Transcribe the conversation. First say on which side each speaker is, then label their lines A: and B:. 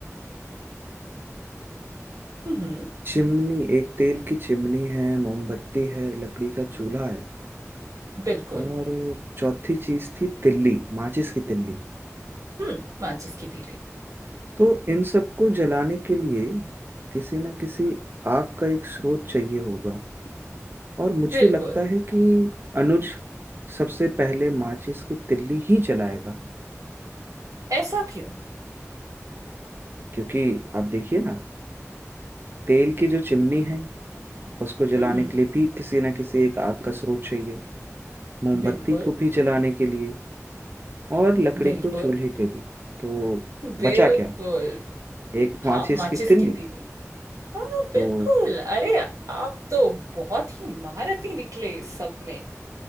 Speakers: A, on the right; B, on the right.
A: हम्म
B: चिमनी एक तेल की चिमनी है मोमबत्ती है लकड़ी का चूल्हा है
A: बिल्कुल
B: और चौथी चीज थी तिल्ली माचिस की तिल्ली
A: हम्म माचिस की तीली
B: तो इन सबको जलाने के लिए किसी ना किसी आग का एक स्रोत चाहिए होगा और मुझे
A: बिल्कुल
B: लगता है कि अनुज सबसे पहले माचिस की तिल्ली ही जलाएगा
A: ऐसा क्यों
B: क्योंकि आप देखिए ना तेल की जो चिमनी है उसको जलाने
A: हम्म
B: के लिए भी किसी ना किसी एक आग का स्रोत चाहिए मोमबत्ती
A: बिल्कुल
B: को भी जलाने के लिए और लकड़ी
A: बिल्कुल
B: को चूल्हे के भी तो
A: बिल्कुल
B: बचा क्या एक
A: हाँ
B: माचिस
A: माचिस
B: की तिल्ली
A: की तीली हाँ
B: तो
A: बिल्कुल अरे आप तो बहुत ही महारथी निकले इस सब में